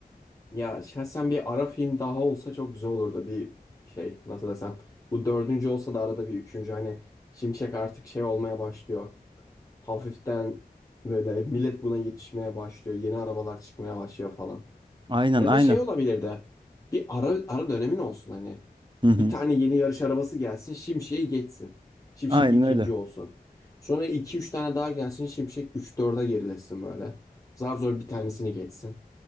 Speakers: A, on the left; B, on the right.
A: Ya şahsen bir ara film daha olsa çok güzel olurdu. Bir şey nasıl desem. Bu dördüncü olsa da arada bir üçüncü hani Şimşek artık şey olmaya başlıyor. hafiften böyle millet buna yetişmeye başlıyor. Yeni arabalar çıkmaya başlıyor falan.
B: Aynen
A: Ya
B: aynen.
A: da şey olabilir de bir ara, ara dönemin olsun hani.
B: Hı hı.
A: Bir tane yeni yarış arabası gelsin Şimşek'i geçsin. Şimşek
B: Aynen
A: ikinci
B: öyle.
A: olsun. Sonra iki üç tane daha gelsin Şimşek üç 4e gerilesin böyle. Zar zor bir tanesini geçsin.